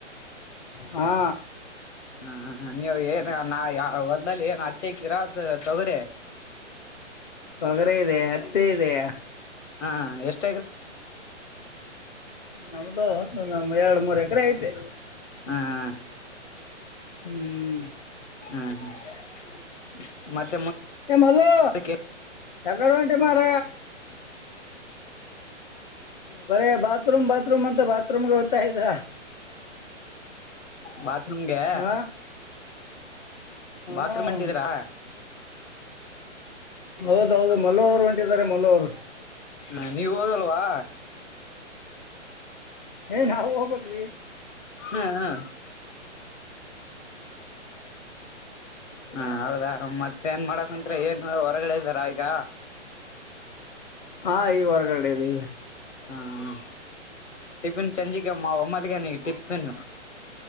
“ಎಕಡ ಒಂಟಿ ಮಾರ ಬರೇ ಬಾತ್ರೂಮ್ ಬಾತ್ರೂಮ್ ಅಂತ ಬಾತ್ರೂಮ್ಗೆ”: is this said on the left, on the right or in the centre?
Left